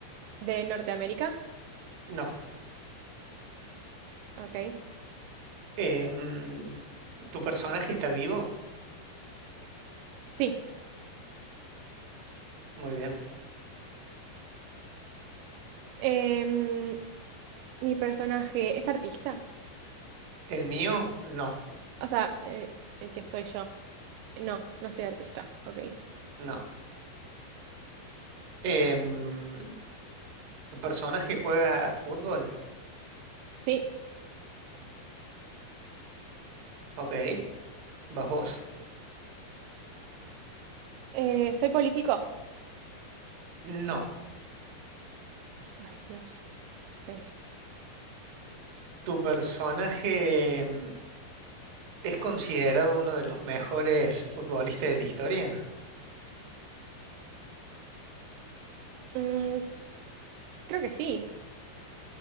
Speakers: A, on the right; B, on the right.
A: de Norteamérica.
B: No.
A: Ok.
B: Eh, mm, ¿tu personaje está vivo?
A: Sí.
B: Muy bien.
A: Em, mi personaje es artista.
B: ¿El mío? No,
A: O sea, eh, el que soy yo. No, no soy artista. Ok.
B: no. Eh, mm, ¿tu personaje juega fútbol?
A: Sí.
B: Ok. ¿Vas vos?
A: Eh, ¿soy político?
B: No.
A: Ay, Dios. Ok.
B: ¿Tu personaje mm, es considerado uno de los mejores futbolistas de la historia?
A: Mm, creo que sí.